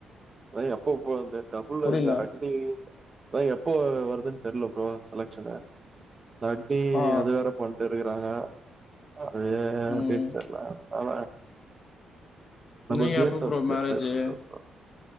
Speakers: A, on the right (about 30°); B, on the left (about 45°).
A: அது எப்ப போறது டபுள்
B: புரில
A: இந்த அக்னி அதான் எப்போ வருதுன் தெர்ல ப்ரோ செலக்ஷனு பாட்டி
B: ஆ
A: அது வேற பண்ட்டு இருக்குறாங்க அது எப்டின்
B: ம்
A: தெர்ல பாக்லாமே நம்ப
B: நீங்க
A: இப்டியே
B: எப்போ
A: சப்ஸ்கிரைப்
B: ப்ரோ மேரேஜு
A: டிரை பண்ற ப்ரோ